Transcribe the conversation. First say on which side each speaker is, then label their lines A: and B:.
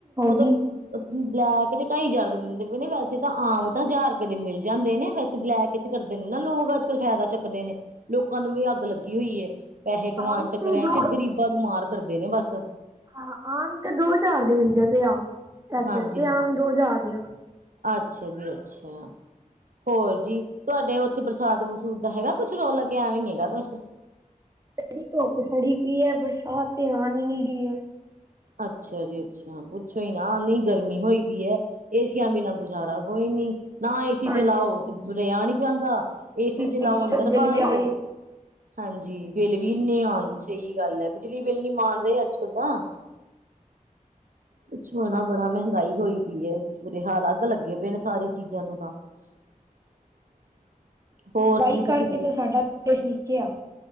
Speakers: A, on the right; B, on the right.
A: ਉਹ ਤਾਂ
B: ਜੀ
A: ਅ ਬਲੈਕ। ਏਥੇ ਢਾਈ ਹਜ਼ਾਰ ਦਾ ਦਿੰਦੇ ਪਏ ਨੇ, ਵੈਸੇ ਤਾਂ ਆਮ ਤਾਂ ਹਜ਼ਾਰ ਰੁਪਏ ਦੇ ਮਿਲ ਜਾਂਦੇ ਨੇ, ਵੈਸੇ ਬਲੈਕ ਚ ਕਰਦੇ ਨੇ ਨਾ ਲੋਕ। ਅੱਜ ਕੱਲ ਫਾਇਦਾ ਚੱਕਦੇ ਨੇ, ਲੋਕਾਂ ਨੂੰ ਵੀ ਅੱਗ ਲੱਗੀ ਹੋਈ ਹੈ। ਪੈਹੇ ਕਮਾਣ
B: ਆਮ
A: ਚੱਕਰਾ
B: ਤੇ ਦੋ
A: ਚ, ਗ਼ਰੀਬਾਂ ਨੂੰ ਮਾਰ ਕਰਦੇ ਨੇ ਬਸ।
B: ਹਾਂ ਆਮ ਤੇ ਦੋ ਹਜਾਰ ਦੇ ਮਿਲਦੇ ਪਏ ਆ, ਏਧਰ
A: ਹਾਂਜੀ
B: ਤੇ
A: ਹਾਂਜੀ
B: ਆਮ ਦੋ ਜਾਰ ਦੇ ਆ।
A: ਅੱਛਾ ਜੀ ਅੱਛਾ। ਹੋਰ ਜੀ? ਤੁਹਾਡੇ ਔਥੇ ਬਰਸਾਤ ਬੂਰਸੂਤ ਦਾ ਹੈਗਾ ਏ ਕੁੱਛ ਰੋਲ ਲੱਗੇਆ? ਐਵੇਂ ਹੀ ਹੈਗਾ ਬਸ। <inaudible>
B: ਸੜੀ ਧੁੱਪ ਸੜੀ ਕੀ ਏ, ਬਰਸਾਤ ਤੇ ਆਣ ਈ ਨੀ ਰੀ ਏ।
A: ਅੱਛਾ ਜੀ ਅੱਛਾ, ਪੁੱਛੋ ਹੀ ਨਾ, ਇੰਨੀ ਗਰਮੀ ਹੋਈ ਪਈ ਏ, ਏਸੀਆਂ ਬਿਨਾਂ ਗੁਜ਼ਾਰਾ ਕੋਈ ਨਈ, ਨਾ ਏ ਸੀ
B: ਹਾਂਜੀ
A: ਚਲਾਓ, ਤੇ ਰੇਆ ਨਈ ਜਾਂਦਾ। ਏ ਸੀ
B: ਫਿਰ
A: ਚਲਾਓ
B: ਬਿਜਲੀ
A: ਅੰਦਰ
B: ਦਾ ਬਿੱਲ
A: ਬਾਹਰ
B: ਵੀ
A: ਹੋ,
B: ਆਏ
A: ਹਾਂਜੀ, ਬਿੱਲ ਵੀ ਇੰਨੇ ਆਣ ਸਹੀ ਗੱਲ ਏ, ਬਿਜਲੀ ਬਿੱਲ ਨੀ ਮਾਣ ਰੇ ਅੱਜ ਕੱਲ ਤਾਂ। ਪੁੱਛੋ ਨਾ ਬੜਾ ਮਹਿੰਗਾਈ ਹੋਈ ਪਈ ਏ, ਬੁਰੇ ਹਾਲ, ਅੱਗ ਲੱਗੇ ਪਏ ਨੇ ਸਾਰੀ ਚੀਜ਼ਾਂ ਨੂੰ ਤਾਂ। <inaudible> ਹੋਰ
B: ਮਹਿੰਗਾਈ
A: ਜੀ ਤੁਸੀਂ
B: ਕਰਕੇ ਤੇ ਸਾਡਾ ਦੇਸ਼ ਨੀਚੇ ਆ।